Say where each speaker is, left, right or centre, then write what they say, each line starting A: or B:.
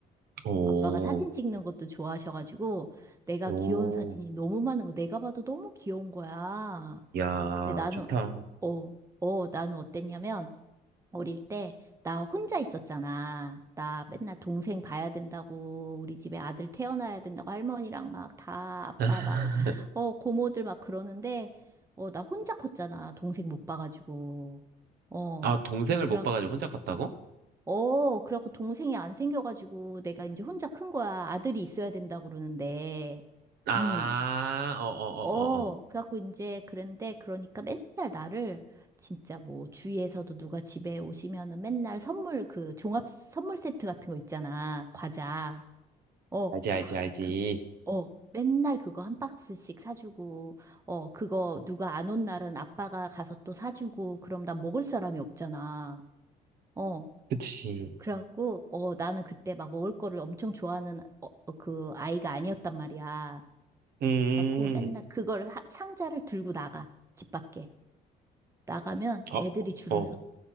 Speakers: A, on the right; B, on the right.
A: 어,
B: 아빠가 사진 찍는 것도 좋아하셔가지고 내가
A: 오,
B: 귀여운 사진이 너무 많은 거 내가 봐도 너무 귀여운 거야.
A: 야,
B: 근데 나는
A: 좋다.
B: 어, 어, 나는 어땠냐면 어릴 때 나 혼자 있었잖아. 나 맨날 동생 봐야 된다고 우리 집에 아들 태어나야 된다고 할머니랑 막 다 아빠
A: <laughs>
B: 막 어, 고모들 막 그러는데 어, 나 혼자 컸잖아. 동생 못 봐가지고. 어.
A: 아, 동생을
B: 그래
A: 못 봐가지고 혼자 갔다고?
B: 어, 그래갖고 동생이 안 생겨가지고 내가 이제 혼자 큰 거야. 아들이 있어야 된다고 그러는데.
A: 아,
B: 응.
A: 어, 어, 어,
B: 어,
A: 어, 어.
B: 그래갖고 이제 그런데 그러니까 맨날 나를 진짜 뭐 주위에서도 누가 집에 오시면은 맨날 선물 그 종합 선물 세트 같은 거 있잖아. 과자. 어,
A: 알지, 알지, 알지.
B: 그, 어. 맨날 그거 한 박스씩 사주고, 어, 그거 누가 안 온 날은 아빠가 가서 또 사주고, 그럼 난 먹을 사람이 없잖아. 어.
A: 그치.
B: 그래갖고, 어, 나는 그때 막 먹을 거를 엄청 좋아하는 어, 어, 그 아이가 아니었단 말이야.
A: 음,
B: 그래갖고 맨날 그걸 하- 상자를 들고 나가. 집 밖에. 나가면
A: 어,
B: 애들이 줄을
A: 어.
B: 서.